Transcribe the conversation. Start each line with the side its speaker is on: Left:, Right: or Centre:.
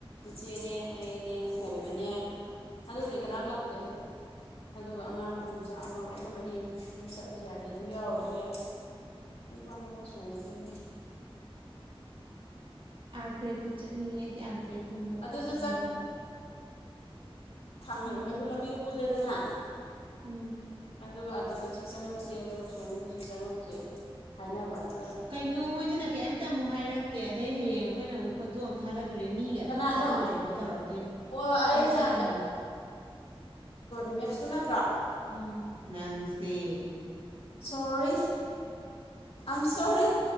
Left: ꯏꯆꯦꯅꯦ ꯑꯩꯅꯦ ꯊꯣꯏꯕꯅꯦ ꯑꯗꯨꯕꯨꯗꯤ ꯀꯅꯥꯝ ꯌꯥꯎꯗꯦ ꯑꯗꯨꯒ ꯑꯉꯥꯡ ꯅꯨꯄꯤ ꯃꯆꯥ ꯑꯃꯒ ꯑꯩꯈꯣꯏ ꯃꯔꯤ ꯑꯗꯨꯝ ꯆꯠꯂꯨꯁꯦ ꯍꯥꯏꯔꯗꯤ ꯑꯗꯨꯝ ꯌꯥꯎꯔꯨꯔꯁꯨ ꯌꯥꯏ ꯎꯨꯡ ꯐ ꯃꯥ ꯁꯣꯗꯦ ꯀ
Right: ꯑꯥꯔꯀ꯭ꯔꯦꯗꯇ ꯆꯠꯅꯤꯡꯉꯦ ꯑꯩꯗꯤ ꯑꯥꯔꯀ꯭ꯔꯦꯠꯀꯨꯝꯕꯗ
Left: ꯑꯗꯨꯁꯨ
Right: ꯁꯥꯟꯅꯕ
Left: ꯊꯥꯡꯅꯔ
Right: ꯎꯝ
Left: ꯀꯩꯁꯨ ꯂꯝꯕꯤꯗꯣ ꯄꯨꯜꯂꯦꯗꯅ
Right: ꯎꯝ
Left: ꯑꯗꯨꯒ ꯑꯗꯨꯗꯁꯨ ꯆꯪꯉꯛꯁꯦ ꯑꯗꯨꯒ ꯁꯣꯃꯤꯗꯨꯁꯨ ꯆꯪꯉꯝꯁꯦ ꯍꯥꯏꯅꯕ ꯑꯗ
Right: ꯀꯩꯅꯣ ꯍꯣꯏꯗꯅ ꯀꯩꯝꯇ ꯑꯃꯨꯛ ꯍꯥꯏꯔꯛꯇꯦ ꯑꯗꯩ ꯍꯌꯦꯡ ꯑꯩꯈꯣꯏꯅ ꯑꯃꯨꯛ ꯐꯣꯇꯣ ꯑꯃ ꯊꯥꯒꯠꯂ ꯑꯗꯨ ꯑꯗꯨꯨꯔꯦ ꯃꯤꯒ ꯑꯗꯨꯝ
Left: ꯀꯅꯥꯅꯣ
Right: ꯆꯠꯂ ꯂꯩꯔꯣ ꯇꯧꯔꯛꯇꯣꯏꯅꯦ
Left: ꯑꯣ ꯑꯩꯅ
Right: ꯆꯠꯁꯦꯅ ꯍꯥꯏꯅ
Left: ꯃꯦꯛꯁꯁꯨꯅ
Right: ꯎꯝ ꯅꯪꯁꯦ
Left: ꯁꯣꯔꯤ ꯑꯝ ꯁꯣꯔꯤ